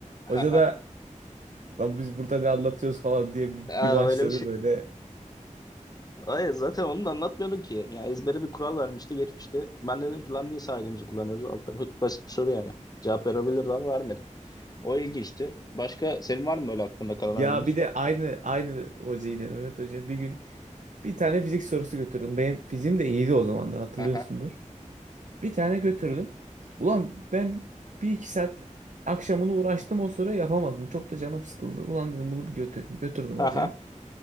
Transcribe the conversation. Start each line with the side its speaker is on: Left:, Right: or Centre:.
Right: Hoca
Left: Ha ha.
Right: da lan biz burada ne anlatıyoruz falan diye bir,
Left: Aa,
Right: bir başladı
Left: öyle bir şey.
Right: böyle.
Left: Hayır zaten onu da anlatmıyorduk ki. Yani ezbere bir kural vermişti geçmişte. Ben dedim ki lan niye sağ elimizi kullanıyoruz? Alt tarafı basit bir soru yani. Cevap verebilirdi ama vermedi. O ilginçti. Başka senin var mı öyle aklında kalan
Right: Ya
Left: anımız?
Right: bir de aynı aynı hoca yine Mehmet Hoca bir gün bir tane fizik sorusu götürdüm. Benim fiziğim de iyiydi o zamanlar hatırlıyorsundur.
Left: Aha.
Right: Bir tane götürdüm. Ulan ben bir iki saat akşamını uğraştım o soruyu yapamadım. Çok da canım sıkıldı. Ulan dedim bunu bir götüreyim. Götürdüm
Left: Aha.
Right: hocaya.